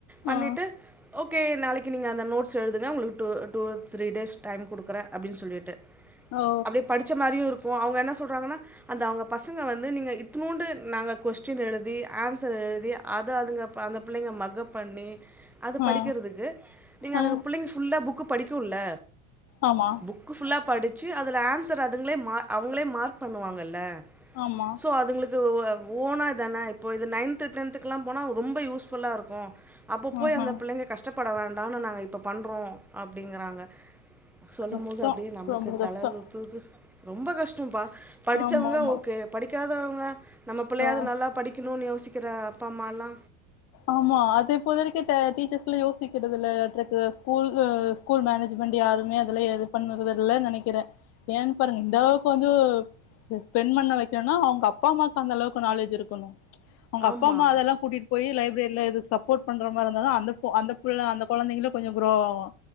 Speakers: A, in the centre; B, on the left.
A: பண்ணிட்டு
B: ஆ
A: ஓகே நாளைக்கி நீங்க அந்த நோட்ஸ் எழுதுங்க உங்களுக்கு two two three days time கொடுக்குறே அப்டின் சொல்லிட்டு
B: ஓ
A: அப்டியே படிச்ச மாரியூ இருக்கூ அவுங்க என்ன சொல்றாங்கன்னா அந்த அவுங்க பசங்க வந்து நீங்கள் இத்துண்டு நாங்க கொஸ்டின் எழுதி ஆன்சர் எழுதி அத அதுங்க அந்த பிள்ளைங்க மக்கப் பண்ணி அத படிக்கறதுக்கு
B: ஆ
A: நீங்க அதுங்க
B: ஆ
A: பிள்ளிங்க ஃபுல்லா புக்கு படிக்க வுட்ல்ல
B: ஆமா
A: புக்கு ஃபுல்லா படிச்சு அதுல ஆன்சர் அதுங்ளே மா அவுங்ளே மார்க் பண்ணுவாங்கல்ல
B: ஆமா
A: சோ அதுங்ளுக் இது வ ஓனா தான இப்போ இது நைன்த் டென்த்குலா போனா ரொம்ப யூஸ் ஃபுல்லா இருக்கூ அப்ப போய்
B: ஆஹா
A: அந்த புள்ளைங்க கஷ்டப்பட வேண்டான்னு நாங்க இப்ப பண்றோ அப்டிங்கறாங்க சொல்லும்
B: கஷ்டோ
A: போது அப்டியே நம்ளுக்கு
B: ரொம்ப கஷ்டோ
A: தல சுத்துது ரொம்ப கஷ்டொம்பா படிச்சவங்க
B: ஆமா ஆமா
A: ஓகே எ படிக்காதவங்க நம்ம புள்ளையாது
B: ஆமா
A: நல்லா படிக்குணுன்னு யோசிக்கற அப்பா அம்மாலா
B: ஆமா அது இப்போது வரைக்கூ ட டீச்சர்ஸ்லா யோசிக்கறது இல்ல த்ரட் ஸ்கூல் ஸ்கூல் மேனஜ்மெண்ட் யாருமே அதுல எல்ப் பண்ணறது இல்ல நெனைக்கிறே ஏன்க் பாருங்க இதெளவுக்கு வந்து ஸ்பெண்ட் பண்ண வெகைகோன்னா அவங்க அப்பா அம்மாக்கு அந்தளவுக்கு நாலேஜ் இருக்கணூ அவங்க அப்பா
A: ஆமா
B: அம்மா அதெல்லா கூட்டிட் போயி லைப் அப்டிலா எது சப்போட் பண்ற மாரிருந்தா தா அந்த போ அந்த புள்ள அந்த கொழந்தைங்களூ கொஞ்சொ க்ரோ ஆவூ